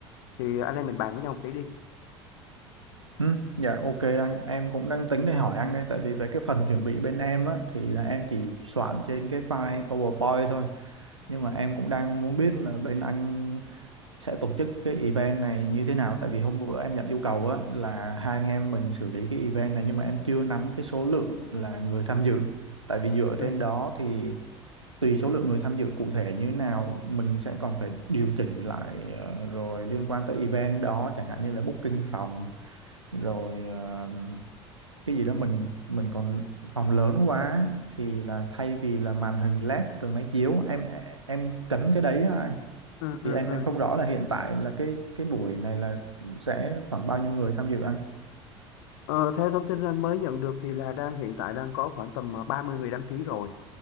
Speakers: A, on the left (about 60°); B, on the right (about 85°).
A: Thì anh em mình bàn với nhau một tí đi.
B: Ừ, dạ ok anh em cũng đang tính để hỏi anh đây tại vì về cái phần chuẩn bị bên em á thì là em chỉ soạn trên cái file PowerPoint thôi nhưng mà em cũng đang muốn biết là bên anh sẽ tổ chức cái event này như thế nào tại vì hôm bữa em nhận yêu cầu á là hai anh em mình xử lý cái event này nhưng mà em chưa nắm cái số lượng là người tham dự tại vì dựa
A: Ừ,
B: trên đó thì tùy số lượng người tham dự cụ thể như thế nào mình sẽ còn phải điều chỉnh lại ờ, rồi liên quan tới event đó chẳng hạn như là booking phòng rồi ờ, cái gì đó mình mình còn phòng lớn quá thì là thay vì là màn hình LED rồi máy chiếu em em cấn cái đấy á anh
A: ừ,
B: thì
A: ừ,
B: em
A: ừ.
B: em không rõ là hiện tại là cái cái buổi này là sẽ khoảng bao nhiêu người tham dự anh
A: Ờ, theo thông tin anh mới nhận được thì là đang hiện tại đang có khoảng tầm ờ, 30 người đăng ký rồi.